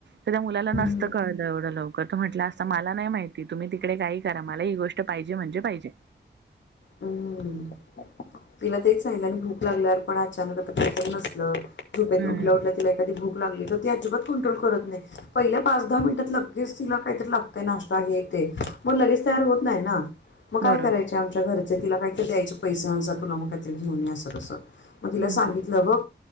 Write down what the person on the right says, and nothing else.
तर त्या मुलाला
नसत
कळत एवढं लव कोण त म्हटला, असता मला नाही माहिती तुम्ही तिकडे काही करा, मला ही गोष्ट पाहिजे म्हणजे पाहिजे.
हम्म
बरोबर.
हं,
हं.